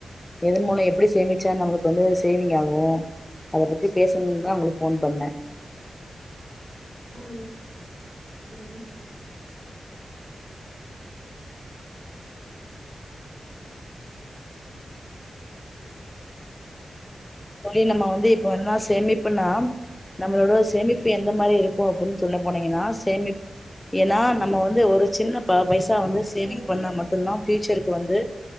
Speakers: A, on the left; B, on the right.
A: எதன் மூல எப்டி சேமிச்சா நம்மளுக்கு வந்து சேவிங் ஆகு அத பத்தி பேசுனுன்தா உங்களுக்கு ஃபோன் பண்ண
B: ம் ம்
A: தோழி நம்ம வந்து இப்ப என்னா சேமிப்னா நம்மளோட சேமிப்பு எந்த மாரி இருக்கு அப்டின் சொல்ல போனீங்கன்னா சேமிப் ஏன்னா
B: சேரி
A: நம்ம வந்து ஒரு சின்ன ப
B: ஓகே
A: பைசா
B: ஓகே
A: வந்து
B: சிஸ்
A: சேவிங்
B: நீங்க
A: பண்ணா
B: எப்
A: மட் ட்டுந்தா ஃபியுச்சருக்கு வந்து